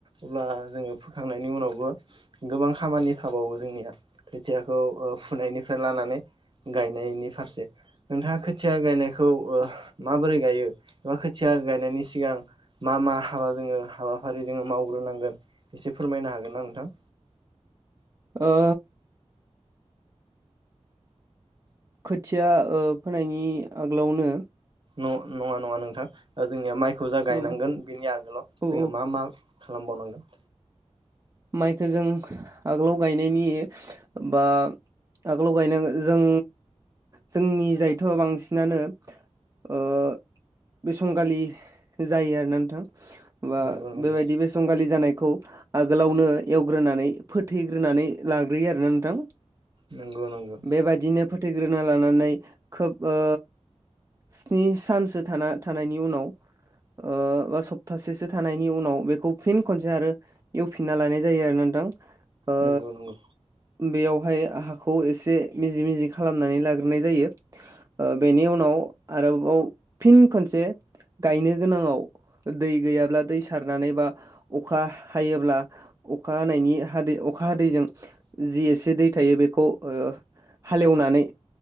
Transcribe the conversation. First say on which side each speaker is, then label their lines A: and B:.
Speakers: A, on the right; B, on the right.
A: अब्ला जोङो फोखांनायनि उनावबो गोबां खामानि थाबावो जोंनिया खोथियाखौ ओ फुनायनिफ्राय लानानै गायनायनि फारसे नोंथाङा खोथिया गायनायखौ ओ माबोरै गायो एबा खोथिया गायनायनि सिगां मा मा हाबा जोङो हाबाफारि जोङो मावग्रो नांगोन एसे फोरमायनो हागोन ना नोंथां
B: ओ खोथिया ओ फोनायनि आगोलावनो
A: न नङा नङा नोंथां जोंनिया माइखौ जा गायनांगोन
B: ओ
A: बेनि आगोलाव
B: औ
A: जोङो
B: औ
A: मा मा खालाम बावनांगोन
B: माइखो जों आगोलाव गायनायनि बा आगोलाव गायनांगोन जों जोंनि जायथ' बांसिनानो ओ बिसंगालि जायो आरोना नोंथां बा
A: नंगौ नंगौ
B: बेबायदि बिसंगालि जानायखौ आग आगोलावनो एवग्रोनानै फोथैग्रोनानै लाग्रोयो आरोना नोंथां
A: नंगौ नंगौ
B: बेबादिनो फोथैग्रोना लानानै खोब ओ स्नि सानसो थाना थानायनि उनाव ओ बा सप्तासेसो थानायनि उनाव बेखौ फिन खनसे आरो एवफिनना लानाय जायो आरो नोंथां ओ
A: नंगौ नंगौ।
B: बेयावहाय हाखौ एसे मिजि मिजि खालामनानै लाग्रोनाय जायो बेनि उनाव। आरोबाव फिन खनसे गायनो गोनाङाव दै गैयाब्ला दै सारनानै बा अखा। हायोब्ला अखा हानायनि हादै अखा हादैजों जि एसे दै थायो बेखौ हालेवनानै।